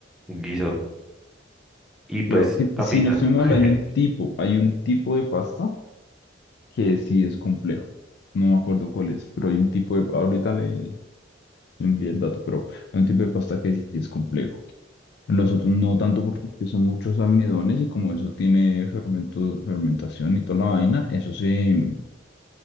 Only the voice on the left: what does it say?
Claro, que
si no estoy mal,
hay un tipo, hay un tipo de pasta que sí es complejo. No me acuerdo cuál es, pero hay un tipo de, ahorita le, envía el dato, pero hay un tipo de pasta que sí es complejo. Los otros no tanto porque son muchos almidones y como eso tiene fermento, fermentación y toda la vaina, eso se,